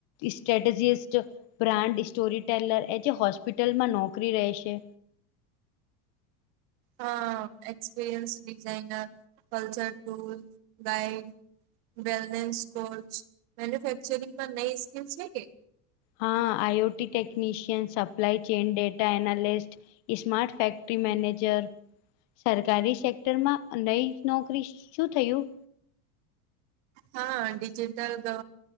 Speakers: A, on the left; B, on the right.
A: સ્ટ્રેટેજીિસ્ટ બ્રાન્ડ સ્ટોરી ટેલર એ જે હોસ્પિટલમાં નોકરી રહેશે.
B: હા experience designer culture tool guide wellness coach મેન્યુફેક્ચરિંગમાં નઈ સ્કીલ છે કે
A: હા આઈ OT technician supply chain data analyst smart factory manager સરકારી સેક્ટરમાં અંદ નોકરી શું થયું.
B: હા ડિજિટલ ગવે.